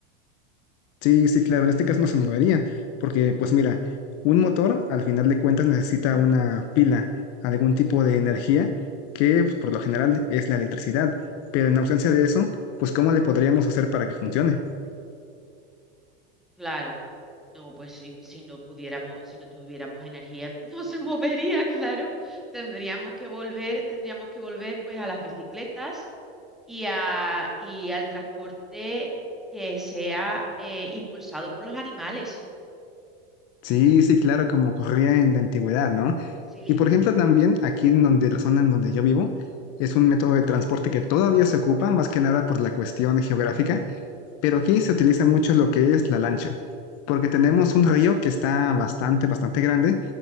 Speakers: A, on the left; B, in the centre.
A: Sí, sí, claro, en este caso no se movería, porque pues mira, un motor al final de cuentas necesita una pila, algún tipo de energía que pues, por lo general es la electricidad, pero en ausencia de eso, pues ¿cómo le podríamos hacer para que funcione?
B: Claro, no, pues si, si no pudiéramos, si no tuviéramos energía, <laughs> no se movería, claro. Tendríamos que volver, tendríamos que volver pues a las bicicletas y a, y al transporte que sea eh, impulsado por los animales.
A: Sí, sí, claro, como ocurría en la antigüedad, ¿no?
B: Sí.
A: Y por ejemplo también aquí en donde la zona en donde yo vivo es un método de transporte que todavía se ocupa, más que nada por la cuestión geográfica, Pero aquí se utiliza mucho lo que es la lancha, porque tenemos un río que está bastante, bastante grande.